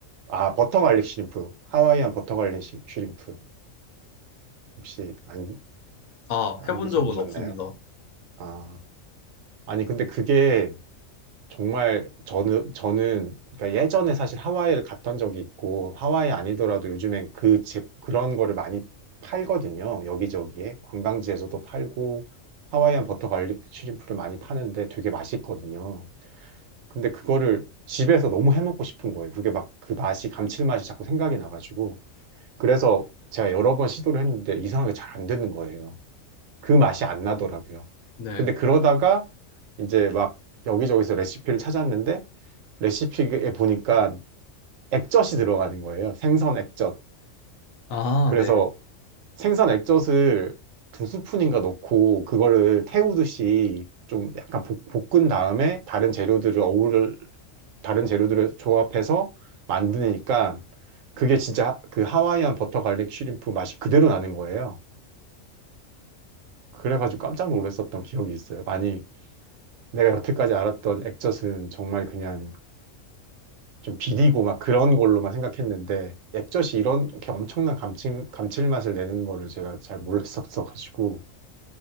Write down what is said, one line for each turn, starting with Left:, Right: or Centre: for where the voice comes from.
Right: 아, 버터 갈릭 슈림프. 하와이안 버터 갈릭 슈- 슈림프. 혹시 안,
Left: 아,
Right: 안
Left: 해본
Right: 드셔보셨나요?
Left: 적은 없습니다.
Right: 아, 아니, 근데 그게 정말 저는, 저는, 그러니까 예전에 사실 하와이를 갔던 적이 있고, 하와이 아니더라도 요즘엔 그 집, 그런 거를 많이 팔거든요. 여기저기에. 관광지에서도 팔고, 하와이안 버터 갈릭 슈림프를 많이 파는데 되게 맛있거든요. 근데 그거를 집에서 너무 해먹고 싶은 거예요. 그게 막 그 맛이, 감칠맛이 자꾸 생각이 나가지고. 그래서 제가 여러 번 시도를 했는데 이상하게 잘 안 되는 거예요. 그 맛이 안 나더라고요.
Left: 네.
Right: 근데 그러다가 이제 막 여기저기서 레시피를 찾았는데 레시피에 보니까 액젓이 들어가는 거예요. 생선 액젓.
Left: 아,
Right: 그래서
Left: 네.
Right: 생선 액젓을 두 스푼인가 넣고 그거를 태우듯이 좀 약간 볶, 은 다음에 다른 재료들을 어울 다른 재료들을 조합해서 만드니까 그게 진짜 그 하와이안 버터 갈릭 슈림프 맛이 그대로 나는 거예요. 그래가지고 깜짝 놀랐었던 기억이 있어요. 아니 내가 여태까지 알았던 액젓은 정말 그냥 좀 비리고 막 그런 걸로만 생각했는데 액젓이 이런 게 엄청난 감칠, 감칠맛을 내는 거를 제가 잘 몰랐었어가지고